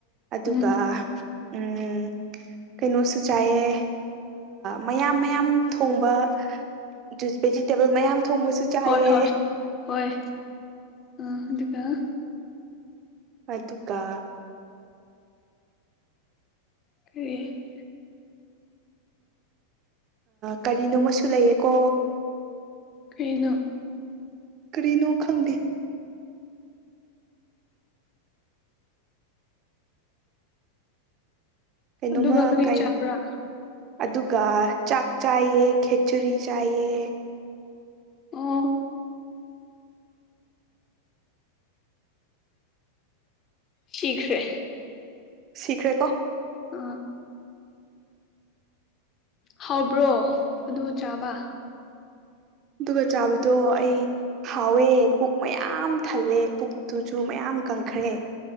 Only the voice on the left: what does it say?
ꯎꯝ
ꯍꯣꯏ ꯍꯣꯏ ꯍꯣꯏ ꯑ ꯑꯗꯨꯒꯀ
ꯀ
ꯀꯩꯅꯣ
ꯑꯗꯨꯒ ꯀꯔꯤ
ꯆꯥꯕ꯭ꯔꯥ
ꯑꯣ ꯁꯤꯈ꯭ꯔꯦ
ꯑꯥ ꯍꯥꯎꯕ꯭ꯔꯣ ꯑꯗꯨ ꯆꯥꯕ